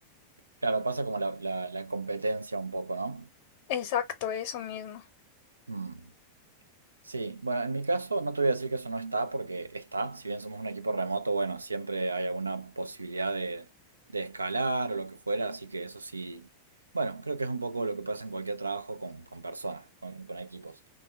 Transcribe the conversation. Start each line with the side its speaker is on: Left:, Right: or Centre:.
Right: Claro, pasa como la, la- la competencia un poco, ¿no?
Left: Exacto, eso mismo.
Right: Mm. Sí, bueno, en mi caso no te voy a decir que eso no está porque está, si bien somos un equipo remoto, bueno, siempre hay alguna posibilidad de, de escalar o lo que fuera, así que eso sí, bueno, creo que es un poco lo que pasa en cualquier trabajo con, con personas, con, con equipos.